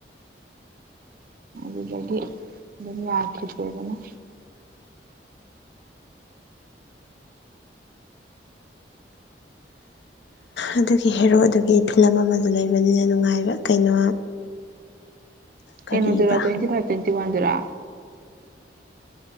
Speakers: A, on the right; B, on the left.
A: ꯑꯗꯨꯗꯒꯤ ꯑꯗꯨꯝ ꯌꯥꯈꯤꯗ꯭ꯔ‌ꯦꯗꯅ <inaudible>
B: ꯑꯗꯨꯒꯤ ꯍꯦꯔꯣꯗꯨꯒꯤ ꯐꯤꯂꯝ ꯑꯃ ꯂꯩꯕꯅꯤꯅ‌ꯦ ꯅꯨꯡꯉꯥꯏꯕ ꯀꯩꯅꯣ ꯀꯔꯤꯕ
A: ꯀꯩꯅꯣꯗꯨꯔꯣ ꯇ꯭ꯋꯦꯟꯇꯤ ꯐꯥꯏꯚ ꯇ꯭ꯋꯦꯟꯇꯤ ꯋꯥꯟ ꯗꯨꯔꯣ